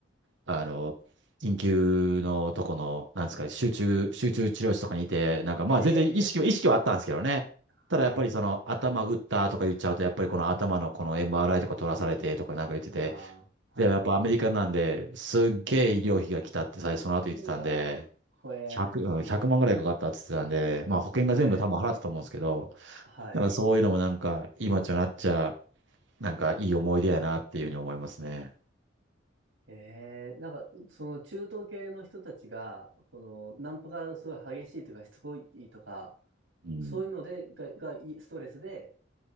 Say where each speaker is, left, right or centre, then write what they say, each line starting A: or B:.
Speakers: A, on the right (about 70°); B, on the right (about 85°).
A: あのー、緊急のとこの、なんですか、集中、集中治療室とかにいて、なんかまあ全然意識は、
B: ええ
A: 意識はあったんですけどね。
B: <laughs>
A: ただやっぱりその頭打ったとか言っちゃうと、
B: はい。
A: やっぱりこの頭のこの MRI とか取らされてとかなんか言ってて、
B: はあ、
A: で、
B: はい。
A: やっぱアメリカなんで、すっげえ医療費が来たって最初その後言ってたんで、
B: うわー、ほえ
A: 100、うん1万ぐらいかかったって言ってたんで、まあ保険が全部多分払ったと思うんですけど、
B: ほえはい。
A: だからそういうのもなんか、今となっちゃ、なんかいい思い出やなっていうふうに思いますね。
B: ええなんか、その中東系の人たちが、この、ナンパがすごい激しいというか、しつこいとか、
A: うん。
B: そういうので、が、がいストレスで